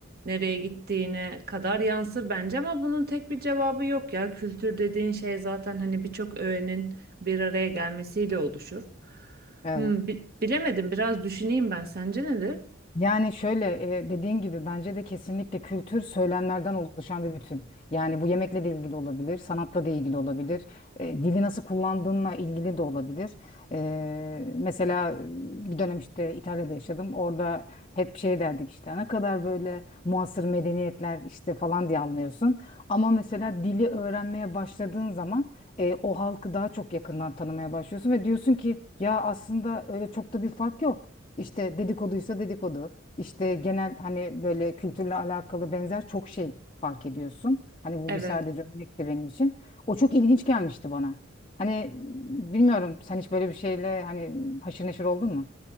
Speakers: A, on the right (about 50°); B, on the left (about 30°).
A: nereye gittiğine kadar yansır bence ama bunun tek bir cevabı yok ya. Kültür dediğin şey zaten hani birçok öğenin bir araya gelmesiyle oluşur.
B: Evet.
A: Hmm, bi- bilemedim biraz düşüneyim ben. Sence nedir?
B: Yani şöyle e, dediğin gibi bence de kesinlikle kültür söylemlerden oluşan bir bütün. Yani bu yemekle de ilgili olabilir, sanatla da ilgili olabilir, e, dili nasıl kullandığınla ilgili de olabilir. E, mesela e, bir dönem işte İtalya'da yaşadım. Orada hep şey derdik işte ne kadar böyle muasır medeniyetler işte falan diye anlıyorsun. Ama mesela dili öğrenmeye başladığın zaman e, o halkı daha çok yakından tanımaya başlıyorsun ve diyorsun ki ya aslında öyle çok da bir fark yok. İşte dedikoduysa dedikodu. İşte genel hani böyle kültürle alakalı benzer çok şey fark ediyorsun. Hani bu
A: Evet.
B: bir sadece örnekti benim için. O çok ilginç gelmişti bana. Hani bilmiyorum sen hiç böyle bir şeyle hani haşır neşir oldun mu?